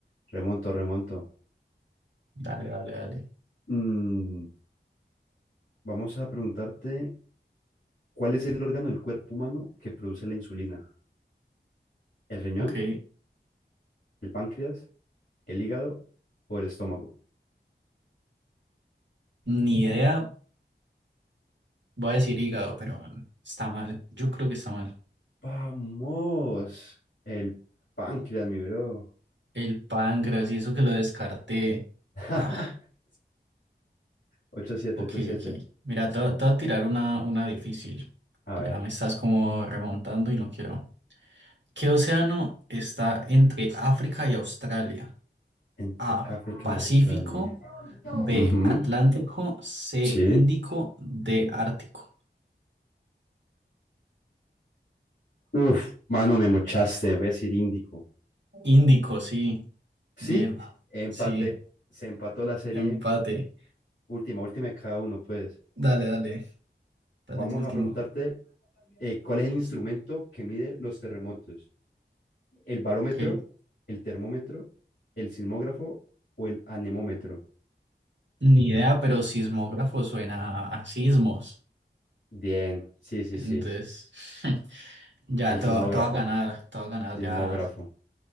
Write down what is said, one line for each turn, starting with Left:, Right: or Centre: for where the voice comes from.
Left: Remonto, remonto.
Right: Dale, dale, dale.
Left: Mm, vamos a preguntarte, ¿cuál es el órgano del cuerpo humano que produce la insulina? ¿El riñón,
Right: Ok.
Left: el páncreas, el hígado o el estómago?
Right: Ni idea, voy a decir hígado, pero está mal. Yo creo que está mal.
Left: Vamos, el páncreas, mi bro.
Right: El páncreas y eso que lo descarté.
Left: <laughs>
Right: Ah,
Left: Ocho siete,
Right: ok,
Left: ocho siete.
Right: ok. Mira, te, va- te voy a tirar una, una difícil.
Left: A
Right: que Ya
Left: ver,
Right: me estás como remontando y no quiero. ¿Qué océano está entre África y Australia?
Left: entre
Right: A.
Left: África
Right: Pacífico.
Left: y Australia.
Right: B.
Left: Ujú,
Right: Atlántico. C.
Left: Sí.
Right: Índico. D. Ártico.
Left: Uf, mano, me mochaste, voy a decir Índico.
Right: Índico, sí.
Left: Sí,
Right: Bien.
Left: empate,
Right: Sí.
Left: se empató la serie
Right: Empate.
Left: última, última de cada uno, pues.
Right: Dale, dale. Dale,
Left: Vamos
Right: último.
Left: a preguntarte, eh, ¿cuál es el instrumento que mide los terremotos? el barómetro,
Right: Ok.
Left: el termómetro, el sismógrafo o el anemómetro.
Right: Ni idea, pero sismógrafo suena a sismos.
Left: Bien, sí, sí,
Right: Entonces,
Left: sí.
Right: <laughs> ya
Left: El
Right: te
Left: sismógrafo,
Right: va, te va a ganar, te va a ganar,
Left: sismógrafo.
Right: ya.